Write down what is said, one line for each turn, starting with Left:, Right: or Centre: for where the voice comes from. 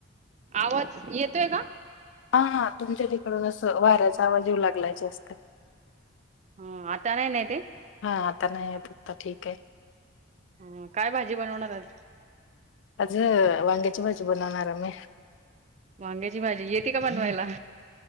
Right: आवाज येतोय का‌?
Left: हा हा तुमच्या तिकडून असं वाऱ्याचा आवाज येऊ लागलाय जास्त.
Right: ह आता नाही ना येते
Left: हा आता नाही येत आता ठीकय.
Right: हं काय भाजी बनवणार आज?
Left: आज वांग्याची भाजी बनवणार आम्ही.
Right: वांग्याची भाजी येते का बनवायला?